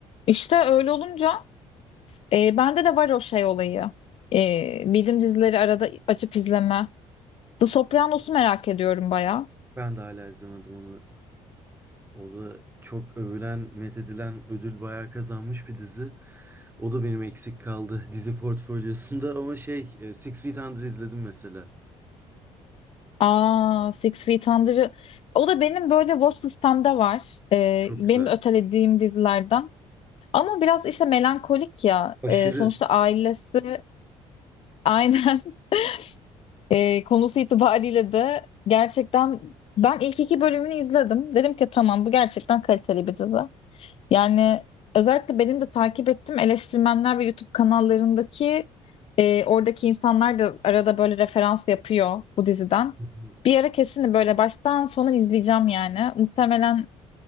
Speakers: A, on the left (about 45°); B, on the right (about 15°).
A: İşte öyle olunca e, bende de var o şey olayı. E, bildiğim dizileri arada açıp izleme. The Sopranos'u merak ediyorum bayağı.
B: Ben de hala izlemedim onu. O da çok övülen, methedilen, ödül bayağı kazanmış bir dizi. O da benim eksik kaldı <laughs> dizi portfolyosunda ama şey, e, Six Feet Under izledim mesela.
A: Aa, Six Feet Under'ı. O da benim böyle watch listemde var. Ee,
B: Çok
A: benim
B: güzel.
A: de ötelediğim dizilerden. Ama biraz işte melankolik ya.
B: Aşırı.
A: Ee, sonuçta ailesi aynen <laughs> ee, konusu itibariyle de gerçekten ben ilk iki bölümünü izledim. Dedim ki tamam bu gerçekten kaliteli bir dizi. Yani özellikle benim de takip ettiğim eleştirmenler ve YouTube kanallarındaki e, oradaki insanlar da arada böyle referans yapıyor bu diziden.
B: Hı hı.
A: Bir ara kesin böyle baştan sona izleyeceğim yani. Muhtemelen